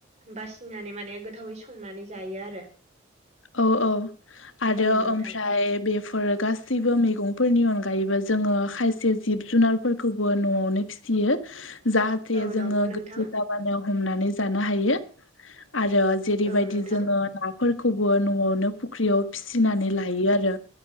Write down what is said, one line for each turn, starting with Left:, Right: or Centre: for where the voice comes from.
Right: बासिनानै माने गोथावै संनानै जायो आरो
Left: औ औ आरो
Right: औ नोंथां
Left: ओमफ्राय बे फोर गासैबो मैगंफोरनि अनगायैबो जोङो खायसे जिब जुनारफोरखौबो न'आवनो फिसियो जाहाथे
Right: औ
Left: जोङो
Right: नंगौ नोंथां
Left: गोसो जाबा नो हमनानै जानो हायो आरो जेरैबायदि
Right: औ नोंथां
Left: जोङो नाफोरखौ बो न'आवनो फुख्रियाव फिसिनानै लायो आरो